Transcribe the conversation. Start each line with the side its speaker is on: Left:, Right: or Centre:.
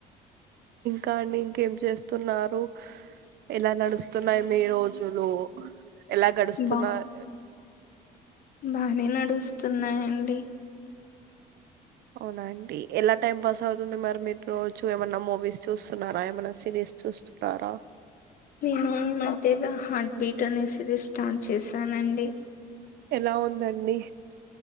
Right: కానీ ఇంకేం చేస్తున్నారు. <unintelligible> ఎలా నడుస్త తున్నాయి మీ రోజులు ఎలా గడుస్తున్నాయి.
Left: బా బానే నడుస్తున్నాయండి.
Right: అవునా అండి ఎలా టైం పాస్ అవుతుంది మరి మీరు రోజు ఏ మన్నా మూవీస్ చూస్తున్నారా ఏమైన సిరీస్ చూస్తున్నారా.
Left: హ మ <unintelligible> అంతేగా హార్ట్ బీట్ అనే సిరీస్ స్టార్ట్ చేశానండి.
Right: ఎలా ఉందండి.